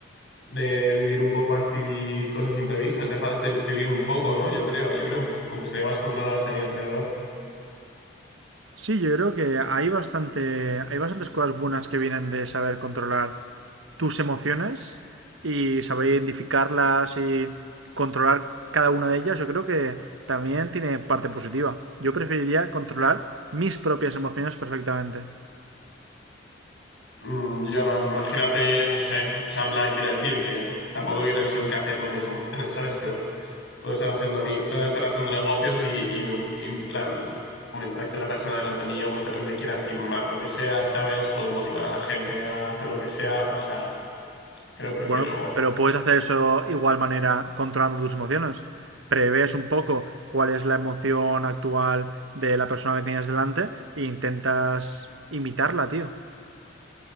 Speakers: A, on the left (about 65°); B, on the right (about 80°).
A: de vivir un poco así cosas imprevistas, dejas de vivir un poco, ¿no? Yo creo, yo creo que me gustaría más controlar las de mi alrededor.
B: Sí, yo creo que hay bastante, hay bastantes cosas buenas que vienen de saber controlar tus emociones y saber identificarlas y controlar cada una de ellas. Yo creo que también tiene parte positiva. Yo preferiría controlar mis propias emociones perfectamente.
A: Mm, Yo no, imagínate, no sé, o sea, en plan, quiero decir que tampoco quiero ser un cateto de mis emociones, ¿sabes? Pero puedo estar haciendo mi, puedo estar haciendo negocios y, y, en plan fomentar que la persona delante mío pues de repente quiera firmar lo que sea, ¿sabes? Puedo motivar a la gente a hacer lo que sea, o sea, creo que prefiero...
B: Bueno, pero puedes hacer eso igual manera controlando tus emociones. Prevés un poco cuál es la emoción actual de la persona que tienes delante e intentas imitarla, tío.